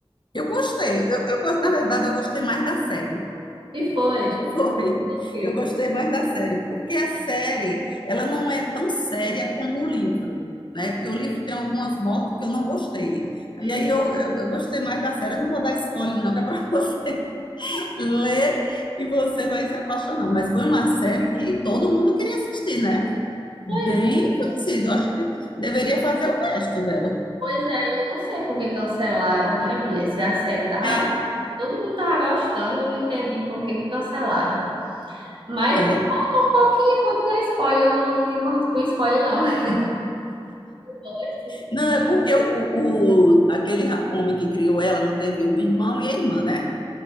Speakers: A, on the left (about 55°); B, on the right (about 60°).
A: Eu gostei. Eu, eu, gosto- na verdade, eu gostei mais da série.
B: E foi?
A: Foi.
B: O quê?
A: Eu gostei mais da série, porque a série, ela não é tão séria como o livro, né? Porque o livro tem algumas mortes que eu não gostei.
B: Hum,
A: E aí eu, eu- eu gostei mais da série. Eu não vou dar spoiler, não, que é para <laughs> você ler e você vai se apaixonar. Mas foi uma série que todo mundo queria assistir, né? Bem
B: Pois,
A: conhecida. Eu acho que deveria fazer o resto dela.
B: pois é, eu não sei por que cancelaram, né, mulher? Se a série tava.
A: É,
B: Todo mundo tava gostando, eu não entendi por que que cancelaram. Mas
A: é.
B: falta um pouquinho, pode dar spoiler. Eu não me importo com spoiler, não. <laughs> Eu Gosto.
A: Não, é porque o, o- aquele ra- homem que criou ela não teve o irmão e a irmã, né?